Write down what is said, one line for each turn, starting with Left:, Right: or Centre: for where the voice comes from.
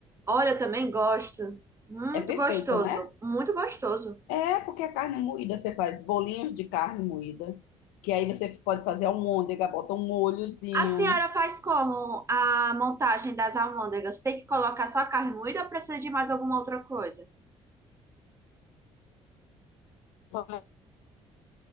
Right: Olha, eu também gosto. Muito
Left: É perfeita,
Right: gostoso,
Left: né?
Right: muito gostoso.
Left: É, porque a carne moída, você faz bolinhos de carne moída, que aí você pode fazer almôndega, bota um molhozinho.
Right: A senhora faz como a montagem das almôndegas? Tem que colocar só a carne moída ou precisa de mais alguma outra coisa?
Left: Faço